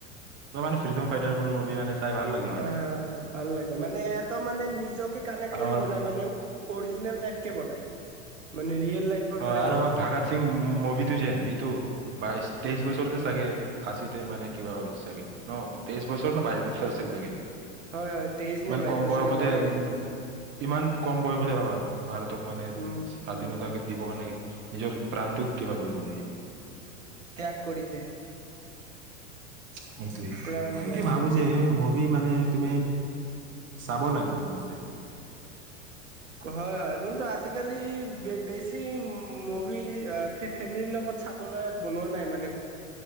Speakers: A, on the right; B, on the right.
A: মানে ফ্ৰিডম ফাইটাবোৰ মুভি মানে চাই ভাল লাগে মানে
B: অ' ভাল লাগে মানে এটা মানে নিজকে কানেক্ট
A: আৰু
B: কৰিব
A: আমাৰ
B: নাই মানে অৰিজিনেল। <unintelligible>
A: হয়
B: দৰে
A: আৰু
B: বনাই
A: আমাৰ ভাগা সিং মভিতু যেন সিটো বাইছ, তেইছ বছৰতে চাগে ফাঁচি মানে কিবা হ'ল চাগে ন তেইশ বছৰ ন বাইশ বছৰ আছিল চাগে।
B: হয় হয় তেইশ
A: ইমান
B: নে বাইশ
A: কম
B: বছৰ
A: বয়সতে
B: ইমানেই
A: উ
B: হৈছে
A: ইমান কম বয়সতে ভাবা ভাৰতক মানে
B: উম
A: স্বাধীনতা।
B: উম
A: দিব কাৰণে নিজৰ প্ৰাণটোক কিবা কৰিলেহি।
B: ত্যাগ কৰিছে
A: সেইটোৱে।
B: প্ৰাণ
A: মই
B: ত্যাগ
A: ভাবো
B: কৰিছে
A: যে মভি মানে। তুমি চাব লাগে মোৰ মতে
B: হয় হয় কিন্তু আজিকালি বেছি মুভি ফেমিলিৰ লগত। ত চাবলৈ বনোৱা নাই মানে